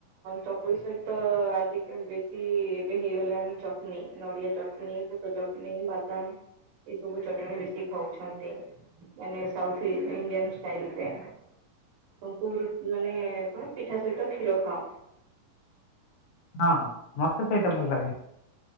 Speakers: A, on the right (about 80°); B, on the left (about 80°).
A: ଚକୁଳି ସହିତ ଆ ବେଶୀ ଏବେ ହେଇଗଲାଣି ଚଟଣିୀ, ନଡିଆ ଚଟନୀ, ବୁଟ ଚଟଣି ବାଦାମ ଏ ସବୁ ଚଟଣି ବେଶୀ ଖାଉଛନ୍ତି। ମାନେ ସାଉଥ ଇଣ୍ଡିଆନ୍ ଷ୍ଟାଇଲ୍ ରେ ଙ୍କୁ ମାନେ କଣ? ପିଠା ସହିତ କ୍ଷୀର ଖାଅ।
B: ହଁ, ହଁ ମତେ ସେଇଟା ଭଲ ଲାଗେ।